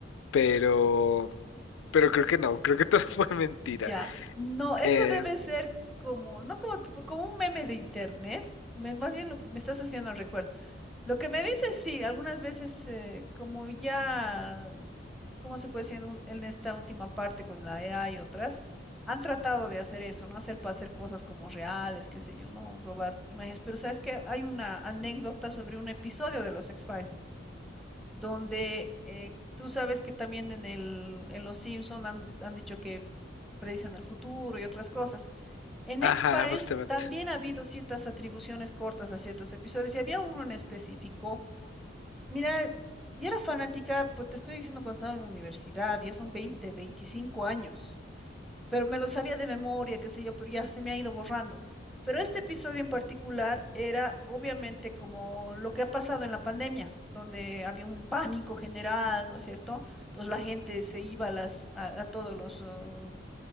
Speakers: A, on the left; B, in the centre.
A: Pero, pero creo que no, creo que todo <laughs> fue mentira.
B: Ya, no, eso
A: Eh,
B: debe ser como, no como, tipo- como un meme de internet, me- más bien lo que me estás haciendo recuerdo. Lo que me dices, sí, algunas veces eh, como ya, ¿cómo se puede decir en, ul- en esta última parte con la EA y otras? Han tratado de hacer eso, ¿no? Hacer para hacer cosas como reales, qué sé yo, ¿no? Robar imágenes. Pero sabes que hay una anécdota sobre un episodio de los X-Files, donde eh, tú sabes que también en el, en los Simpson han, han dicho que predicen el futuro y otras cosas. En
A: ajá,
B: X-Files
A: justamente.
B: también ha habido ciertas atribuciones cortas a ciertos episodios y había uno en específico Mira, yo era fanática, pues te estoy diciendo cuando estaba en la universidad, ya son 20, 25 años, pero me lo sabía de memoria, qué sé yo, pero ya se me ha ido borrando. Pero este episodio en particular era obviamente como lo que ha pasado en la pandemia, donde había un pánico general, ¿no es cierto? Entonces la gente se iba a, las, a, a todos los, ah,